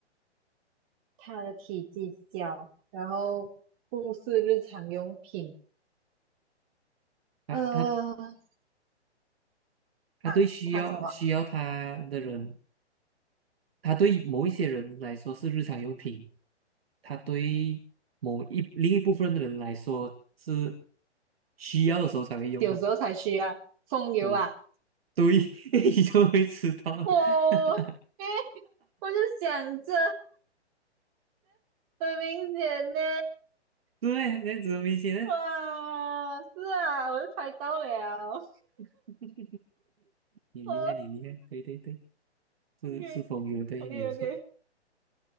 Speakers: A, on the right (about 30°); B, on the right (about 60°).
A: 它的体积小，然后不是日常用品。
B: 他他
A: 呃，
B: 他对需要需要他的人
A: 啊，他什么？
B: 它对某一些人来说是日常用品，它对某一另一部分的人来说是需要的时候才会用到。
A: 有时候才需要风油啊。
B: 对，对，<laughs> 你就会知道了。
A: 哦，
B: <laughs>
A: 诶，我就想着很明显呢。
B: 对，这样子很明显的。
A: 哇，是啊，我就猜到了。
B: <laughs> 你厉害，
A: 哦
B: 你厉害，对对对，是是风流，
A: ，OK，OK，OK，
B: 对，没有错。